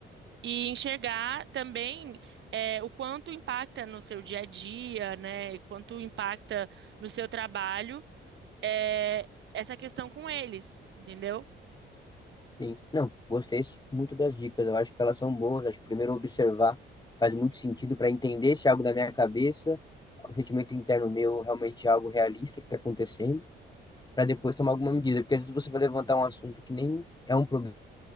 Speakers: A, on the right; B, on the left.
A: E enxergar também é, o quanto impacta no seu dia a dia, né? Quanto impacta no seu trabalho é, essa questão com eles, entendeu?
B: Sim. Não, gostei muito das dicas. Eu acho que elas são boas. Acho que primeiro observar faz muito sentido para entender se é algo da minha cabeça, o sentimento interno meu realmente é algo realista que está acontecendo, para depois tomar alguma medida. Porque às vezes você vai levantar um assunto que nem é um problema